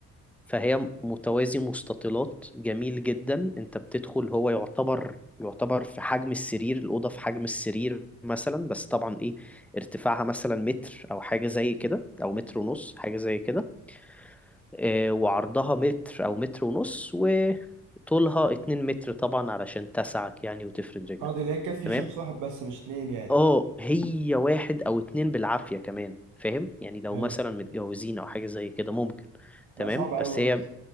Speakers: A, in the centre; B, on the right.
A: فهي متوازي مستطيلات جميل جدا انت بتدخل هو يعتبر يعتبر في حجم السرير الأوضة في حجم السرير مثلا بس طبعا ايه ارتفاعها مثلا متر او حاجة زي كده او متر ونص حاجة زي كده اه وعرضها متر او متر ونص وطولها 2 متر طبعا علشان تسعك يعني وتفرد رجلك
B: اه دي اللي هي تكفي
A: تمام
B: شخص واحد بس مش اتنين يعني
A: اه هي واحد او اتنين بالعافية كمان فاهم يعني لو
B: حلو
A: مثلا متجوزين او حاجة زي كده ممكن
B: لا
A: تمام
B: صعب قوي
A: بس
B: برضه
A: هي